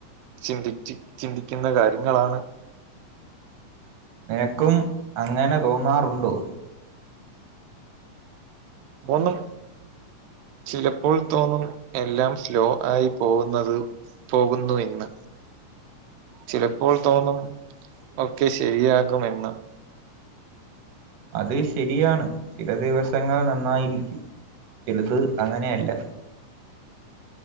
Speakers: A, on the right (about 85°); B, on the right (about 65°).
A: ചിന്തിച്ച് ചിന്തിക്കെണ്ട കാര്യങ്ങളാണ്.
B: നിനക്കും അങ്ങനെ തോന്നാറുണ്ടോ.
A: തോന്നും. ചിലപ്പോൾ തോന്നും. എല്ലാം സ്ലോ ആയി പോവുന്നത്. പോവുന്നു എന്ന്. ചിലപ്പോൾ തോന്നും ഒക്കെ ശരിയാകുമെന്ന്.
B: അത് ശകരിയാണ്. ചില ദീവസങ്ങൾ നന്നായിരിക്കും ചിലത് അങ്ങനെ അല്ല.